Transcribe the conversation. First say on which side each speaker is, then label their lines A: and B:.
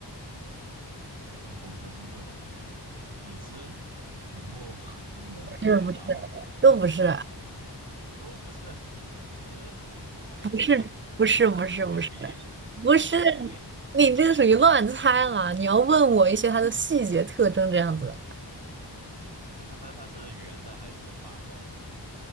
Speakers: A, on the right; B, on the right.
A: 现在办公桌上就能看到它椅子、椅子、屏幕、<laughs>
B: 不是不是，
A: 电脑，
B: <laughs> 都不是，
A: <laughs> 哦，不是纸、
B: <laughs>
A: 白纸、
B: 不是不是不是不是
A: 铅笔、
B: 不是，
A: 钢笔，
B: 你这个属于乱猜了。你要问我一些它的细节特征这样子
A: 细节特征。那它是圆的还是方的？